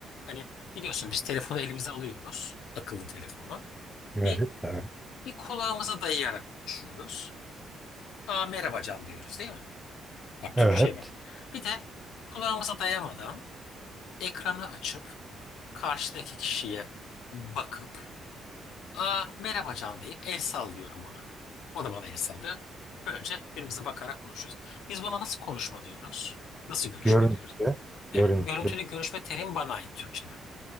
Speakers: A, on the left; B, in the centre.
A: Hani biliyorsun biz telefonu elimize alıyoruz, akıllı telefonu.
B: Evet.
A: Bir,
B: Evet.
A: bir kulağımıza dayayarak konuşuyoruz. Aa merhaba can diyoruz değil mi? Bak Türkçe'ye
B: Evet.
A: bak. Bir de kulağımıza dayamadan ekranı açıp karşıdaki kişiye bakıp Aa, merhaba Can deyip el sallıyorum ona. O da bana el sallıyor. Böylece birbirimize bakarak konuşuyoruz. Biz buna nasıl konuşma diyoruz? Nasıl görüşme
B: Görüntülü.
A: diyoruz? Evet,
B: Görüntülü.
A: görüntülü görüşme terim bana ait Türkçe'de.